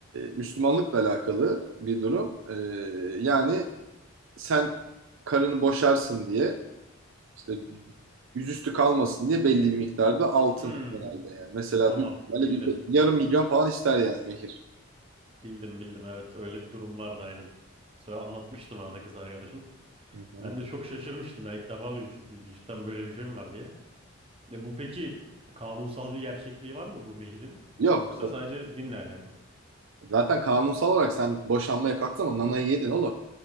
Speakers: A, on the right (about 65°); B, on the right (about 25°).
A: Müslümanlıkla alakalı bir durum. E, yani sen karını boşarsın diye İşte yüzüstü kalmasın diye belli bir miktarda altın
B: Hmm,
A: genelde yani. Mesela
B: tamam
A: bir, böyle
B: bildim.
A: bir yarım milyon falan ister yani mehir.
B: Bildim bildim evet öyle bir durum vardı aynen. Söyle anlatmıştım arada kız arkadaşım.
A: Hı hı.
B: Ben de çok şaşırmıştım ya ilk defa duymuşum çünkü cidden böyle bir şey mi var diye. E bu peki kanunsal bir gerçekliği var mı bu mehirin?
A: Yok.
B: Yoksa
A: yok.
B: sadece dinle alakalı?
A: Zaten kanunsal olarak sen boşanmaya kalktın ama nanayı yedin oğlum.